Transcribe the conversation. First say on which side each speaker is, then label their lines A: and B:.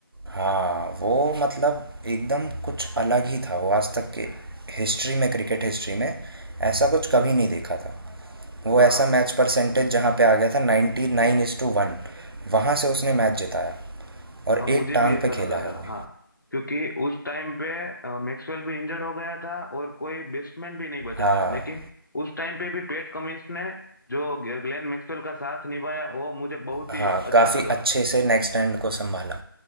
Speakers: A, on the right; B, on the left.
A: हाँ वो मतलब एकदम कुछ अलग ही था वो आज तक के हिस्ट्री में क्रिकेट हिस्ट्री में ऐसा कुछ कभी नहीं देखा था वो
B: हाँ
A: ऐसा मैच परसेंटेज जहाँ पे आ गया था ninety nine is to one वहाँ से उसने मैच जिताया और
B: हाँ मुझे
A: एक टांग
B: भी ऐसा
A: पे
B: लगा
A: खेला है
B: था
A: वो
B: हाँ क्योंकि उस टाइम पे मैक्सवेल भी इंजर्ड हो गया था और कोई बेस्टमैन भी नहीं बचा
A: हाँ
B: था लेकिन उस टाइम पे भी पेट कमिंस ने जो ग्लेन मैक्सवेल का साथ निभाया वो मुझे बहुत
A: हाँ
B: ही अच्छा
A: काफ़ी
B: लगा
A: अच्छे से नेक्स्ट एंड को संभाला